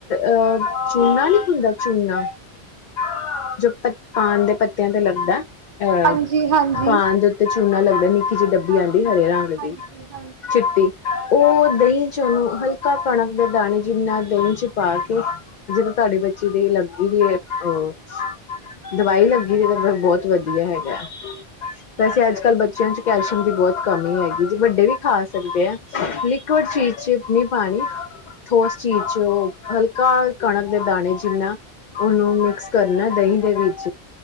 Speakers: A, on the left (about 55°); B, on the right (about 55°).
A: ਅਹ ਚੂਨਾ ਨੀ ਹੁੰਦਾ ਚੂਨਾ। <inaudible> ਜੋ ਪ ਪਾਨ ਦੇ ਪੱਤਿਆਂ ਤੇ ਲੱਗਦਾ। ਅਹ
B: ਹਾਂਜੀ ਹਾਂਜੀ
A: ਪਾਣ ਦੇ ਉੱਤੇ ਚੂਨਾ ਲੱਗ <inaudible> ਜੀ ਡੱਬੀ
B: ਹਾਂਜੀ,
A: ਆਦੀ ਹਰੇ ਰੰਗ
B: ਹਾਂਜੀ,
A: ਦੀ
B: ਹਾਂਜੀ,
A: ਚਿੱਟੀ। ਉਹ ਦਹੀਂ ਚ ਉਹਨੂੰ ਹਲਕਾ ਕਣਕ ਦੇ ਦਾਣੇ ਜਿੰਨਾ ਦਹੀਂ ਚ ਪਾ ਕੇ ਜਿਦੋਂ ਤੁਹਾਡੀ ਬੱਚੀ ਦੀ ਲੱਗੀ ਵੀ ਹੈ ਅਹ ਦਵਾਈ ਲੱਗੀ ਦੀ ਤਾਂ ਬਹੁਤ ਵਧੀਆ ਹੈਗਾ। ਵੈਸੇ ਅੱਜ ਕੱਲ੍ਹ ਬੱ ਬੱਚਿਆਂ ਚ ਕੈਲਸ਼ੀਅਮ ਦੀ ਬਹੁਤ ਕਮੀ ਹੈਗੀ ਜੇ ਵੱਡੇ ਵੀ ਖਾ ਸਕਦੇ ਆ ਲੈ <unintelligible> ਚੀਜ਼ ਚ ਨੀ ਪਾਣੀ। <inaudible> ਠੋਸ ਚੀਜ਼ ਚ ਉਹ ਹਲਕਾ ਕਣਕ ਦੇ ਦਾਣੇ ਜਿੰਨਾ ਉਹਨੂੰ ਮਿਕਸ ਕਰਨਾ ਦਹੀਂ। <inaudible> ਦੇ ਵਿੱਚ